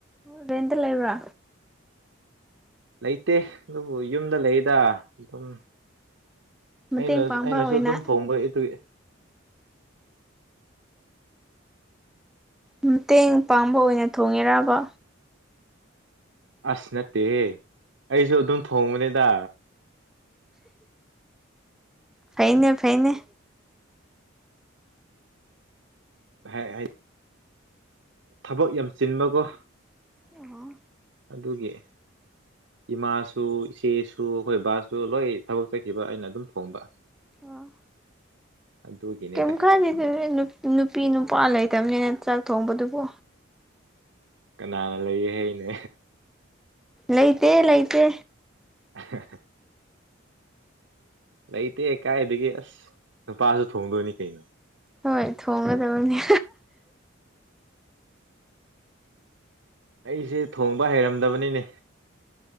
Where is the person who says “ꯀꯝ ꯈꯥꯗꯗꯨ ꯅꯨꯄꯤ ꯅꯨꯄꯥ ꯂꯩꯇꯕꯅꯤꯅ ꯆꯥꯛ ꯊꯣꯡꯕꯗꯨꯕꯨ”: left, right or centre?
Centre